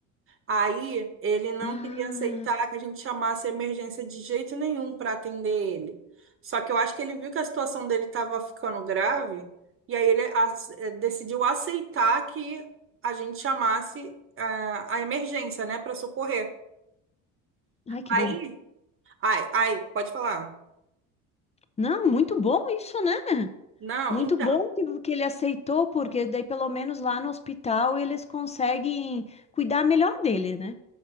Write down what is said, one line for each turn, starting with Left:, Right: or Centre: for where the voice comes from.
Right: Aí ele não
Left: ah,
Right: queria aceitar que a gente chamasse a emergência de jeito nenhum para atender ele. Só que eu acho que ele viu que a situação dele estava ficando grave, e aí ele ac- eh, decidiu aceitar que a gente chamasse ah, a emergência, né, para socorrer.
Left: ai que
Right: Aí,
Left: bom.
Right: ai, ai, pode falar.
Left: Não, muito bom isso, né?
Right: Não,
Left: Muito
Right: então.
Left: bom que, que ele aceitou, porque daí pelo menos lá no hospital eles conseguem cuidar melhor dele, né?